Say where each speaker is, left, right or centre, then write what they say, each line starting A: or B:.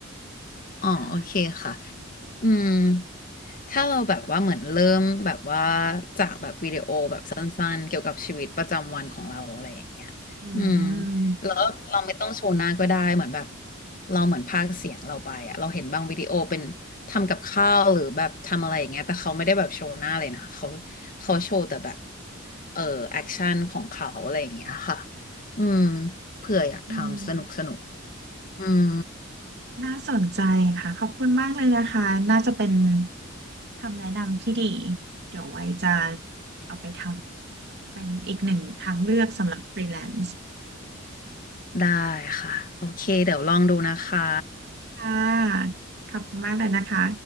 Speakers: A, on the left (about 45°); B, on the right (about 55°).
A: อ๋อโอเคค่ะ
B: ค่ะ
A: อืม ถ้าเราแบบว่าเหมือนเริ่มแบบว่าจากแบบวิดีโอแบบสั้นๆเกี่ยวกับชีวิตประจำวันของเราอะไรอย่างเงี้ยอืม
B: อืม
A: แล้วเราไม่ต้องโชว์หน้าก็ได้เหมือนแบบเราเหมือนพากย์เสียงเราไปอะเราเห็นบางวิดีโอเป็นทำกับข้าวหรือแบบทำอะไรอย่างเงี้ยแต่เขาไม่ได้แบบโชว์หน้าเลยนะเขาเขาโชว์แต่แบบเออแอคชั่นของเขาอะไรอย่างเงี้ยค่ะอืมเผื่ออยากทำสนุกสนุก
B: อืม
A: อืม
B: น่าสนใจค่ะขอบคุณมากเลยนะคะน่าจะเป็นคำแนะนำที่ดีเดี๋ยวไว้จะเอาไปทำเป็นอีกหนึ่งทางเลือกสำหรับฟรีแลนซ์
A: ได้ค่ะโอเคเดี๋ยวลองดูนะคะ
B: ค่ะขอบคุณมากเลยนะคะ